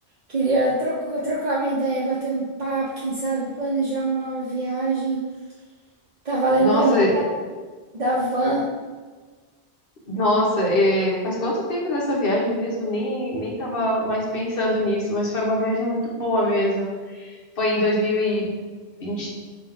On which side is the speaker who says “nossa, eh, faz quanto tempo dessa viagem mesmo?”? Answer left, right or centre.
Left